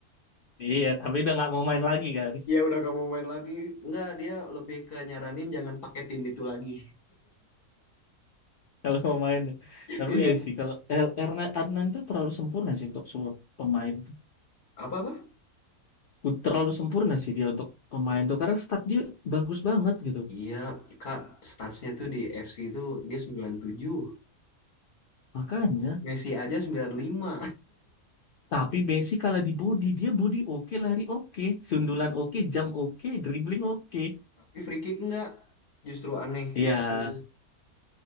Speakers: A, on the left; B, on the left.
A: Iya, tapi udah nggak mau main lagi kan.
B: Ya udah gak mau main lagi. Enggak, dia lebih ke nyaranin jangan pakai tim itu lagi.
A: kalau mau main ya.
B: <laughs>
A: tapi
B: Iya.
A: ya sih kalau Er- Erna- Adnan tuh terlalu sempurna sih untuk sebuah pemain tuh.
B: Apa-apa?
A: Ud- terlalu sempurna sih dia untuk pemain tuh karena stat dia bagus banget gitu
B: Iya, Kak, statsnya tuh di FC itu dia 97,
A: makanya
B: Messi aja 95.
A: tapi Messi kalah di body dia body oke lari oke sundulan oke jam oke dribbling oke
B: <laughs> Tapi free kick enggak. Justru aneh
A: ya
B: di FC itu.